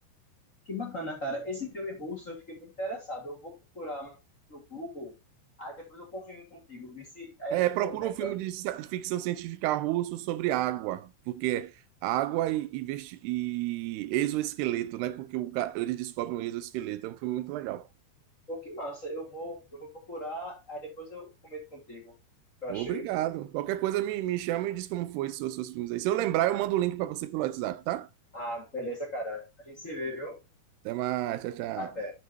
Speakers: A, on the left; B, on the right.
A: Que bacana, cara. Esse filme russo eu fiquei muito interessado. Eu vou procurar no Google, aí depois eu confirmo contigo, vê se aí
B: É,
A: a gente
B: procura
A: comenta.
B: um filme de, ci- de ficção científica russo sobre água, porque água e, e, vesti- e exoesqueleto, né? Porque o ca- eles descobrem o exoesqueleto. É um filme muito legal.
A: Pô, que massa, eu vou, eu vou procurar, aí depois eu comento contigo o que eu achei.
B: Obrigado. Qualquer coisa me, me chama e diz como foi os seus, seus filmes aí. Se eu lembrar, eu mando o link para você pelo WhatsApp, tá?
A: Ah, beleza, cara. A gente se vê, viu?
B: Até mais. Tchau, tchau.
A: Até.